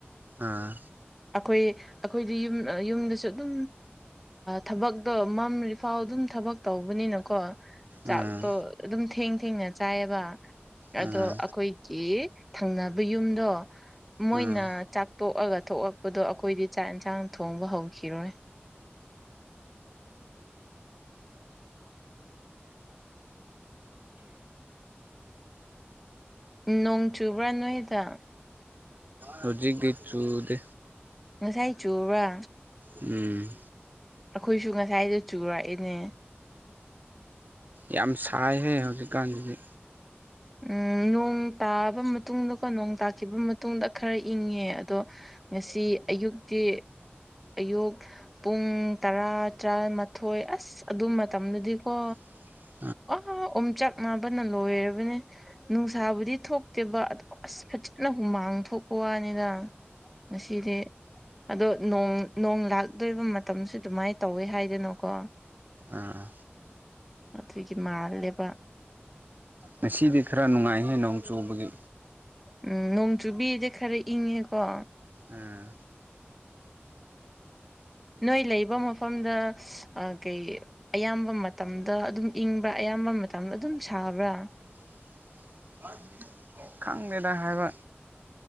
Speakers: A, on the right; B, in the centre.
A: ꯑꯥ
B: ꯑꯩꯈꯣꯏ ꯑꯩꯈꯣꯏꯗꯤ ꯌꯨꯝ ꯌꯨꯝꯗꯁꯨ ꯑꯗꯨꯝ ꯊꯕꯛꯇꯣ ꯃꯝꯔꯤꯐꯥꯎ ꯑꯗꯨꯝ ꯊꯕꯛ ꯇꯧꯕꯅꯤꯅꯀꯣ ꯆꯥꯛꯇꯣ
A: ꯑꯥ
B: ꯑꯗꯨꯝ ꯊꯦꯡ ꯊꯦꯡꯅ ꯆꯥꯏꯌꯦꯕ ꯑꯗꯣ
A: ꯑꯥ
B: ꯑꯩꯈꯣꯏꯒꯤ ꯊꯪꯅꯕ ꯌꯨꯝꯗꯣ ꯃꯣꯏꯅ
A: ꯑꯥ
B: ꯆꯥꯛꯇꯣꯛꯑꯒ ꯊꯣꯛꯂꯛꯄꯗꯣ ꯑꯩꯈꯣꯏꯗꯤ ꯆꯥꯛ ꯌꯦꯟꯁꯥꯡ ꯊꯣꯡꯕ ꯍꯧꯈꯤꯔꯣꯏ ꯅꯣꯡ ꯆꯨꯕ꯭ꯔꯥ ꯅꯦꯗ
A: ꯍꯧꯖꯤꯛꯀꯤ ꯆꯨꯗꯦ
B: ꯉꯁꯥꯏ ꯆꯨꯕ꯭ꯔꯥ
A: ꯎꯝ
B: ꯑꯩꯈꯣꯏꯁꯨ ꯉꯁꯥꯏꯗ ꯆꯨꯔꯛꯏꯅꯦ
A: ꯌꯥꯝ ꯁꯥꯏꯍꯦ ꯍꯧꯖꯤꯛꯀꯥꯟꯁꯤꯗꯤ
B: ꯎꯝ ꯅꯣꯡ ꯇꯥꯕ ꯇꯨꯡꯗꯀꯣ ꯅꯣꯡ ꯇꯥꯈꯤꯕ ꯃꯇꯨꯡꯗ ꯈꯔ ꯏꯪꯉꯦ ꯑꯗꯣ ꯉꯁꯤ ꯑꯌꯨꯛꯇꯤ ꯑꯌꯨꯛ ꯄꯨꯡ ꯇꯔꯥ ꯇꯔꯥꯃꯊꯣꯏ ꯑꯁ ꯑꯗꯨ ꯃꯇꯝꯗꯗꯤꯀꯣ
A: <inaudible>
B: ꯑꯥ ꯎꯝꯆꯥꯛ ꯅꯥꯕꯅ ꯂꯣꯏꯔꯕꯅꯦ ꯅꯨꯡꯁꯥꯕꯨꯗꯤ ꯊꯣꯛꯇꯦꯕ ꯑꯗꯨ ꯑꯁ ꯐꯖꯅ ꯍꯨꯃꯥꯡ ꯊꯣꯛꯄ ꯋꯥꯅꯤꯗ ꯃꯁꯤ ꯁꯤꯗꯤ ꯑꯗꯣ ꯅꯣꯡ ꯂꯥꯛꯇꯣꯏꯕ ꯃꯇꯝꯁꯦ ꯑꯗꯨꯃꯥꯏꯅ ꯇꯧꯋꯦ ꯍꯥꯏꯗꯅꯣꯀꯣ
A: ꯑꯥ
B: ꯑꯗꯨꯒꯤ ꯃꯥꯜꯂꯦꯕ
A: ꯉꯁꯤꯗꯤ ꯈꯔ ꯅꯨꯡꯉꯥꯏꯍꯦ ꯅꯣꯡ ꯆꯨꯕꯒꯤ
B: ꯎꯝ ꯅꯣꯡ ꯆꯨꯕꯤꯗ ꯈꯔꯦ ꯏꯪꯉꯦꯀꯣ
A: ꯑꯥ
B: ꯅꯣꯏ ꯂꯩꯕ ꯃꯐꯝꯗ ꯀꯩ ꯑꯌꯥꯝꯕ ꯃꯇꯝꯗ ꯑꯗꯨꯝ ꯏꯪꯕ꯭ꯔꯥ ꯑꯌꯥꯝ ꯀꯔꯝꯕ ꯃꯇꯝꯗ ꯑꯗꯨꯝ ꯁꯥꯕ꯭ꯔꯥ
A: <inaudible> ꯑꯪ ꯃꯦꯗꯥ ꯍꯥꯏꯕ